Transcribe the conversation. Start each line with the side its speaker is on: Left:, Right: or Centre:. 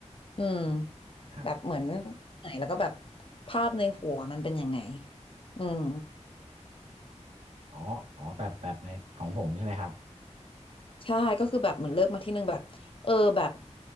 Left: อืม
Right: ครับ
Left: แบบเหมือนไหนแล้วก็แบบภาพในหัวมันเป็นยังไงอืม
Right: อ๋ออ๋อแบบแบบในของผมใช่ไหมครับ
Left: ใช่ก็คือแบบเหมือนเลือกมาที่หนึ่งแบบเออแบบ